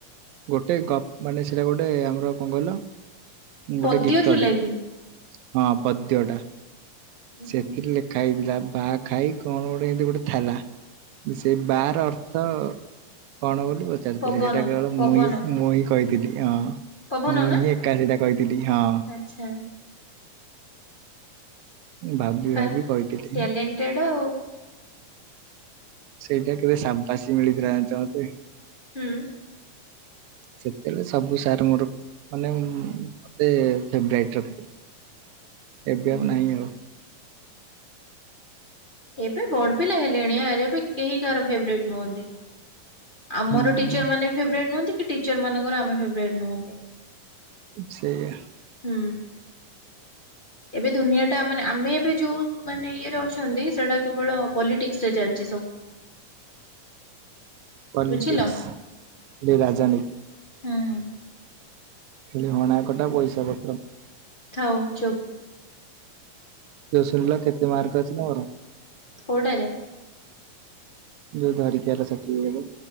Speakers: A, on the right; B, on the left.
A: ଗୋଟେ ଗପ ମାନେ ସେଇଟା ଗୋଟେ ଆମର କଣ କହିଲ ଗୋଟେ
B: ପଦ୍ୟ
A: ଗୀତଟେ।
B: ଥିଲା କି?
A: ହଁ ପଦ୍ୟ ଟା
B: ହୁଁ
A: ସେଥିରେ ଲେଖା ହେଇଥିଲା। ବା ଖାଇ କଣ ଗୋଟେ ଏମତି ଗୋଟେ ଥିଲା ସେଇ ବା ର ଅର୍ଥ ର୍ଥ କଣ ବୋଲି ପଚାରିଥିଲେ
B: ପବନ
A: ସେଇଟା କେବଳ
B: ପବନ
A: ମୁଁ ହିଁ ମୁଁ ହିଁ କହିଥିଲି ହଁ।
B: ପବନ
A: ମୁଁ
B: ନା
A: ହିଁ ଏକା ସେଟା କହିଥିଲି ହଁ।
B: ଆଚ୍ଛା
A: ଭାବି
B: ବା
A: ଭାବି କହିଥିଲି।
B: ଟ୍ୟାଲେଣ୍ଟେଡ ଆଉ
A: ସେଇଟା କେବେ ସାବାସୀ ମିଳିଥିଲା ଜାଣିଚ ମତେ।
B: ହୁଁ।
A: ସେତେବେଳେ ସବୁ ସାର୍ ମୋର ମାନେ ମତେ ଫେବରାଇଟ ରଖିଥିଲେ।
B: <inaudible>
A: ଏବେ
B: ହୁଁ।
A: ଆଉ ନାହିଁ ଆଉ।
B: ଏବେ ବଡ ପିଲା ହେଲଣି ଆର୍ ଏବେ କେହି କାହାର ଫେବେରେଟ ନୁହନ୍ତି। ଆମର
A: ହୁଁ
B: ଟିଚର ମାନେ ଫେବରେଟ ନୁହନ୍ତି କି ଟିଚର ମାନଙ୍କର ଆମେ ଫେବରେଟ ନୁହନ୍ତି।
A: ସେଇଆ।
B: ହୁଁ। ଏବେ ଦୁନିଆ ଟା ମାନେ ଆମେ ଏବେ ଯୋଉ ମାନେ ଇଏରେ ଅଛନ୍ତି ସେଟା କେବଳ ପଲିଟିକ୍ସ ରେ ଚାଲିଚି ସବୁ। <inaudible>
A: ପଲିଟିକ୍ସ
B: ବୁଝିଲ
A: ଯେ ରାଜନୀ
B: ହୁଁ।
A: ଖାଲି ହଣା କଟା ପଇସା ପତ୍ର।
B: ଥାଉ ଚୁପ।
A: ଜୋସଲରେ କେତେ ମାର୍କ ଅଛି ତମର?
B: କୋଉଟାରେ?
A: ଯୋ ଧରିକି ଆଇଲ ସାର୍ଟି ପିକଟ